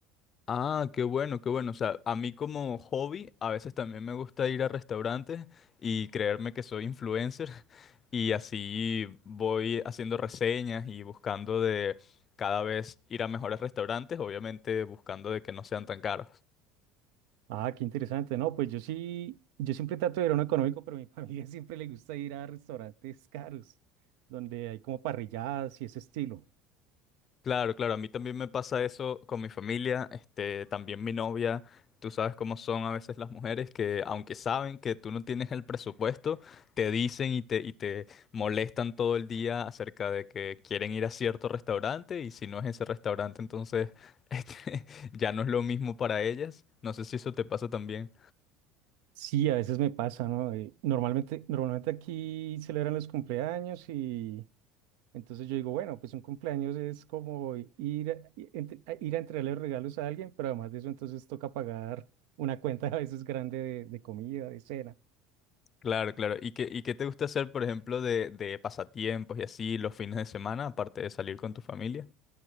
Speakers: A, on the left; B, on the right.
A: Ah, qué bueno, qué bueno. O sea, a mí como hobby, a veces también me gusta ir a restaurantes y creerme que soy influencer. <laughs> Y así voy haciendo reseñas y buscando de cada vez ir a mejores restaurantes, obviamente buscando de que no sean tan caros.
B: Ah, qué interesante. No, pues yo sí, yo siempre trato de ir a uno económico, pero a mi familia <laughs> siempre le gusta ir a restaurantes caros, donde hay como parrilladas y ese estilo.
A: Claro, claro, a mí también me pasa eso con mi familia, este, también mi novia, tú sabes cómo son a veces las mujeres que aunque saben que tú no tienes el presupuesto, te dicen y te, y te molestan todo el día acerca de que quieren ir a cierto restaurante y si no es ese restaurante, entonces <laughs> este, ya no es lo mismo para ellas. No sé si eso te pasa también.
B: Sí, a veces me pasa, ¿no? Eh, normalmente, normalmente aquí celebran los cumpleaños y Entonces yo digo, bueno, pues un cumpleaños es como ir, a- i- entre- a- ir a entregarle regalos a alguien, pero además de eso entonces toca pagar una cuenta <laughs> a veces grande de, de comida, de cena.
A: Claro, claro. ¿Y qué, y qué te gusta hacer, por ejemplo, de, de pasatiempos y así los fines de semana, aparte de salir con tu familia?